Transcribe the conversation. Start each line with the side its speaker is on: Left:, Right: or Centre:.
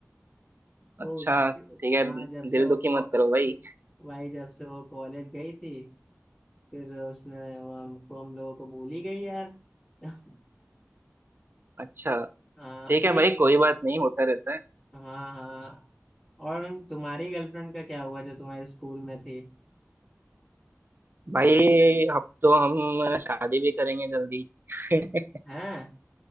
Left: वो
Right: अच्छा
Left: उस
Right: ठीक
Left: हाँ
Right: है
Left: जब
Right: दिल
Left: से वो
Right: दुखी
Left: को-
Right: मत करो भाई
Left: भाई जब से वो कॉलेज गई थी फिर उसने वो हमको हम लोगों को भूल ही गई यार <laughs>
Right: अच्छा
Left: हाँ
Right: ठीक
Left: एक
Right: है भाई कोई बात नहीं होता रहता है
Left: हाँ हाँ और तुम्हारी गर्लफ्रेंड का क्या हुआ जो तुम्हारे स्कूल में थी
Right: भाई अब तो हम शादी भी करेंगे जल्दी <laughs>
Left: हैं